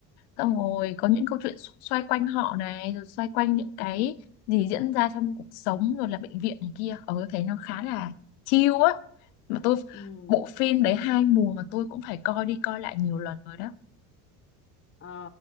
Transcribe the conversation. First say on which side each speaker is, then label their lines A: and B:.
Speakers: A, on the left; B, on the left.
A: xong rồi có những câu chuyện xo- xoay quanh họ này rồi xoay quanh những cái
B: ừ,
A: gì diễn ra trong cuộc sống rồi là bệnh viện này kia ờ tôi thấy nó khá là chill á mà tôi
B: ừ,
A: bộ phim đấy hai mùa mà tôi cũng phải coi đi coi lại nhiều lần rồi đó
B: ờ